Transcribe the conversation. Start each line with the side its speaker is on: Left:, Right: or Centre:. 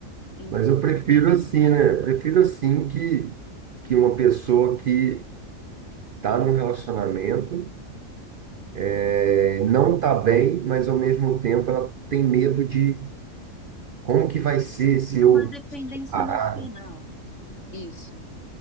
Left: Então,
Right: Mas eu prefiro assim, né? Eu prefiro assim que, que uma pessoa que tá num relacionamento é, não tá bem, mas ao mesmo tempo ela tem medo de como que vai ser se
Left: é
Right: eu
Left: uma dependência
Right: parar,
Left: emocional. Isso.